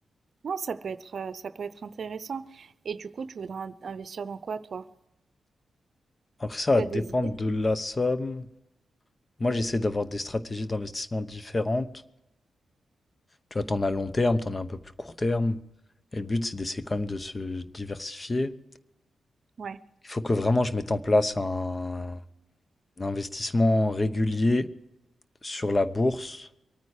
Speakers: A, on the right (about 60°); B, on the left (about 35°).
A: Non, ça peut être, heu, ça peut être intéressant et du coup, tu voudrais in investir dans quoi, toi?
B: Après, ça va
A: t'as
B: dépendre
A: des idées?
B: de la somme. Moi, j'essaie d'avoir des stratégies d'investissement différentes. Tu vois, t'en as long terme, t'en as un peu plus court terme. Et le but, c'est d'essayer quand même de se diversifier.
A: Ouais.
B: Il faut que vraiment je mette en place un un investissement régulier sur la bourse